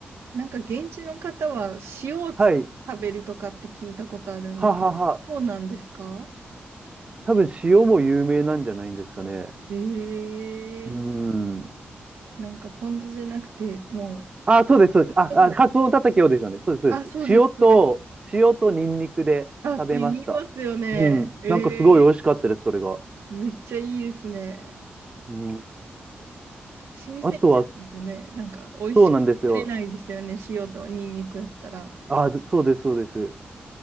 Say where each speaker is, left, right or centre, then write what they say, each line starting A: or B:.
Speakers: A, on the right; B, on the right.
A: なんか現地の方は塩をつ食べるとかって聞いたことあるんです。
B: はい。ははは。
A: そうなんですか
B: 多分塩も有名なんじゃないんですかね。
A: ええ
B: うん。
A: なんかポン酢じゃなくて、も
B: あ、そうです、そうです。
A: う、おと
B: あ、あ、カツオたたきをですよね。そうです、
A: あ、
B: そうです。
A: そうです、
B: 塩と、
A: そうです。
B: 塩とニンニクで食べました。
A: あ、って言いますよね。
B: うん。
A: え
B: なんかすごい美味しかったです、
A: え
B: それが。
A: めっちゃいいですね。
B: うん。
A: 新鮮じゃないとね、
B: あとは、
A: なんか美味しく食べれないですよね。
B: そうなんですよ。
A: 塩とニンニクやったら。
B: あ、そうです、そうです。